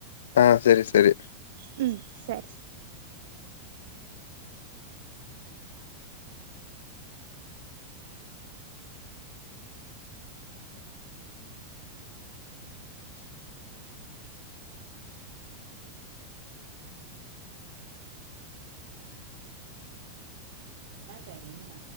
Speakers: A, on the left; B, on the right.
A: ಹಾ ಸರಿ ಸರಿ
B: ಹೂ ಸರಿ ಿಯಮ್ಮತಾಯ ಹಾ ಸರಿಯಿಂದ